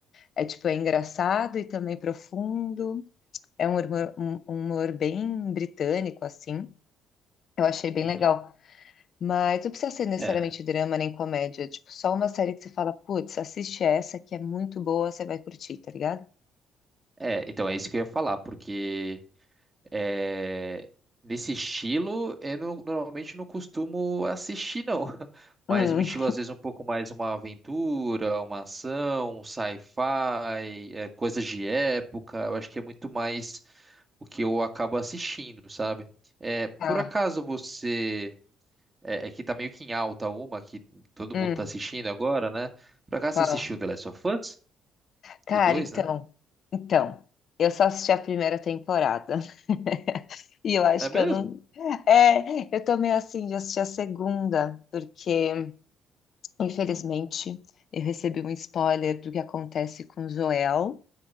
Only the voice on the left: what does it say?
É, tipo, é engraçado e também profundo. É um humor, um um humor bem britânico, assim. Eu achei bem
legal. Mas não precisa ser necessariamente
drama nem comédia. Tipo, só uma série que você fala, putz, assiste essa que é muito boa, você vai curtir, tá ligado?
Hum.
Ah,
hum,
qual?
Cara,
então.
Então. Eu só assisti a primeira temporada. <laughs> E eu acho
que eu não. É, eu tô meio assim de assistir a segunda, porque, infelizmente, eu recebi um spoiler do que acontece com Joel.